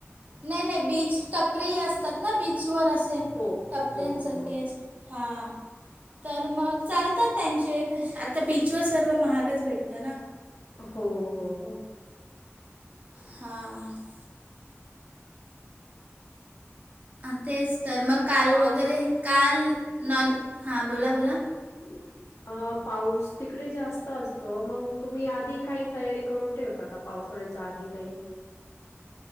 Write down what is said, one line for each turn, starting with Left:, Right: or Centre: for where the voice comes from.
Right: नाही नाही बीच टपरेही असतात ना बीचवर असत
Left: हो
Right: <unintelligible> टपरनसर
Left: हो हो हो
Right: केेस <unintelligible> हा तर मग चालतात त्यांचे आता बीचवर सर्व महा <unintelligible> गच भेटत ना <unintelligible>
Left: हो हो हो <unintelligible>
Right: हा <unintelligible> ह तेच तर मग काल
Left: पाऊस
Right: वगैरे काल नॉन हां बोला बोला <unintelligible>
Left: हम् <unintelligible> अ पाऊस तिकडे जास्त असतो मग तुम्ही आधी काही तयारी करून ठेव <unintelligible> ता का पावसाळ्याच्या आधी काही <unintelligible>